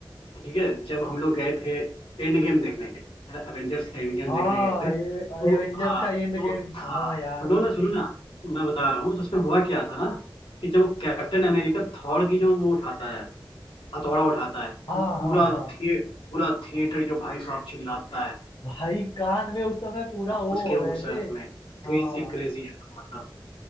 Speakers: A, on the left (about 80°); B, on the left (about 55°).
A: ठीक है जब हम लोग गए थे एंड गेम देखने के लिए एवेंजर्स एंड गेम
B: हाँ
A: देखने गए थे
B: ये
A: तो
B: एवेंजर
A: हाँ
B: का एंड
A: तो
B: गेम
A: हाँ
B: हाँ यार
A: सुनो ना सुनो ना मैं बता रहा हूँ तो उसमें हुआ क्या था ना कि जब वो कैप्टन अमेरिका थॉर की जो वो उठाता है हथौड़ा उठाता है तो
B: हाँ
A: पूरा
B: हाँ हाँ
A: थिएटर पूरा थिएटर जो भाई साहब चिल्लाता है
B: भाई कान में उस समय पूरा वो
A: उसके
B: हो
A: उस
B: रहे
A: उसमें
B: थे
A: क्रेजी
B: हाँ
A: क्रेजी यार